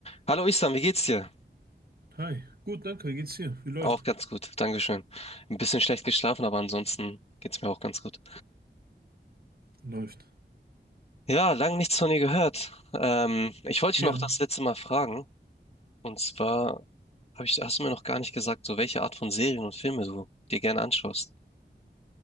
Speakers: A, on the left; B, on the right.
A: Hallo Islam, wie geht's dir?
B: Hi, gut, danke. Wie geht's dir? Wie läuft?
A: Auch ganz gut, Dankeschön. Ein bisschen schlecht geschlafen, aber ansonsten geht's mir auch ganz gut.
B: Läuft.
A: Ja, lang nichts von dir gehört. Ähm, ich wollte dich
B: Ja,
A: noch das letzte Mal fragen. Und zwar hab ich, hast du mir noch gar nicht gesagt, so welche Art von Serien und Filme du dir gerne anschaust.